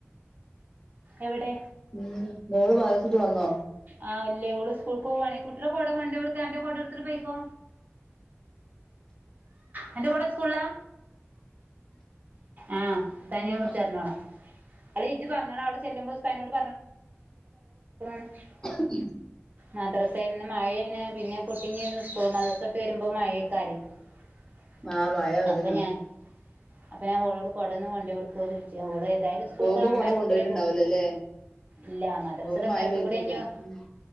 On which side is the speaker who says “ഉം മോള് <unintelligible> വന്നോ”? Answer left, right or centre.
Left